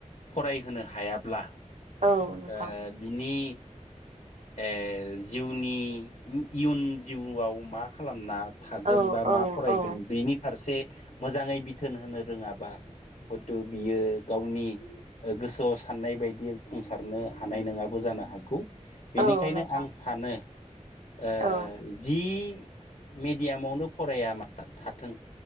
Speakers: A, on the left; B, on the right.
A: फरायहोनो हायाब्ला ओ
B: औ नोंथां
A: बिनि ए जिउनि इउ-इयुन जिउआव मा खालामना थागोन
B: औ
A: बा
B: औ
A: मा फरायगोन
B: औ
A: बेनि फारसे मोजाङै बिथोन होनो रोङाबा हयथु बियो गावनि गोसोआव साननाय बायदि जाफुंसारनो हानाय नोङाबो जानो हागौ बेनिखायनो
B: औ नोंथां
A: आं सानो ओ
B: औ
A: जि मिडियामावनो फराया मा थाथों